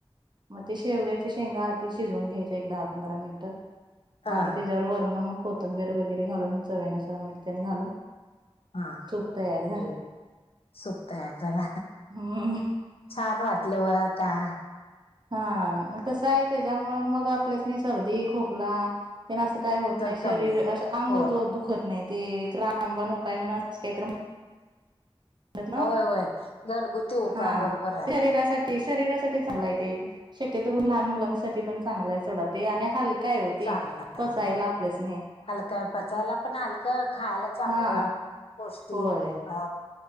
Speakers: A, on the right; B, on the left.
A: मग ते शेव्याच्या शेंगा, आधी शिजवून घ्यायच्या एक दहा-पंधरा मिनिटं.
B: हा
A: आणि त्याच्यावर वर्ण मग कोथंबीर वगैरे घालून चवीनुसार मीठ तेन घालून.
B: हा
A: सूप तयार झालं.
B: सूप तयार झाल.
A: हम्म
B: छान वाटलं बघ आता
A: हा कस आहे त्याच्यामुळ मग आपल्यासनी सर्दी. खोकला. त्यांना असं काय होत नाही.
B: जर
A: शरीर,
B: कमी आहे
A: असं अंग
B: हो
A: दुखत नाहीत. ते एक रामबण उपाय म्हणून असंच काहीतर म्ह <unintelligible>
B: होय होय घरगुती उपाय
A: शरीरासाठीच
B: बरोबर आहे
A: चागलं आहे ते शक्यतो लहान मुलांसाठी पण चांगला आहे सोडा ते आणि हलकाय ओ ते
B: चांगला
A: पचायला
B: आहे हो
A: आपल्यासनी
B: हलका आहे पचायला पण हलकं खायला चांगलं
A: हा
B: पौष्टिक
A: होय
B: अ